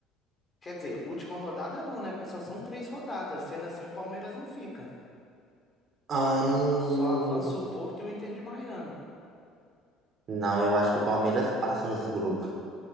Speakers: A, on the left (about 25°); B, on the right (about 40°).
A: Quer dizer, última rodada não, né? Porque só são três rodadas. Sendo assim, o Palmeiras não fica.
B: Ahn,
A: Só avança o Porto e o Inter de Miami.
B: Não, eu acho que o Palmeiras passa nesse grupo.